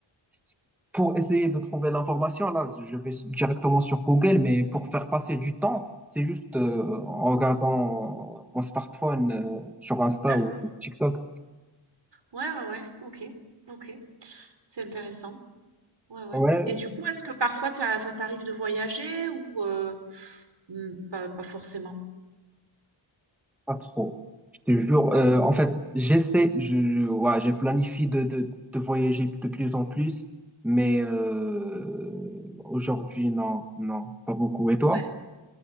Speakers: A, in the centre; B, on the right.
A: c- pour essayer de trouver l'information, là, je vais directement sur Google, mais pour faire passer du temps, c'est juste euh, en regardant mon smartphone euh, sur Insta
B: d'accord.
A: ou TikTok.
B: Ouais, ouais, ouais, ok, ok, c'est intéressant. Ouais, ouais.
A: Ouais,
B: Et du coup, est-ce que parfois t'as- ça t'arrive de voyager ou euh, hmm, pas, pas forcément?
A: pas trop. Je te jure.
B: Non?
A: Euh, en fait, j'essaie, je, je- ouais, je planifie de, de, de voyager de plus en plus, mais euh, aujourd'hui, non, non, pas beaucoup. Et toi?
B: Ouais.